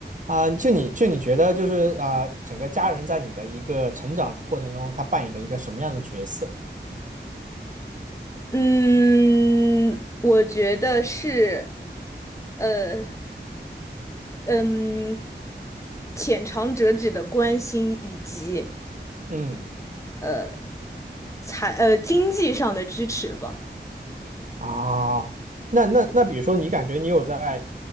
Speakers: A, on the right; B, on the left.
A: 啊，就你就你觉得就是啊，整个家人在你的一个成长过程中，他扮演着一个什么样的角色？
B: 嗯，我觉得是，呃，嗯，浅尝辄止的关心以及
A: 嗯
B: 呃财呃经济上的支持吧。
A: 啊，那那那，比如说你感觉你有在